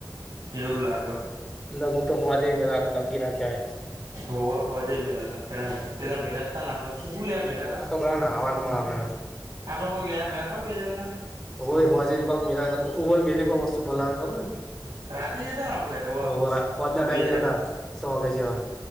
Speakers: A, on the right; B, in the centre.
A: એવું લાગ.
B: લઘુ તો હોવા જ મેરા તો નકીિ ના કવાય.
A: હો હો જ મેલત પેલા મેલાતાને આપડ. શું લ્યા મલા કા?
B: આ તો બધા નાહવામાં આવે
A: આ લ્યા મેલા ક બેજનના.
B: હોય હોવાજ કોક ઓવ મેલી કોઈક વસ્તુ ભલ લાગે ખબર?
A: રાતે જતા ને આપડે ઓ
B: હોરા હોજના ટાઈમે
A: બે જણા.
B: જતા સો વાગ્યા જેવા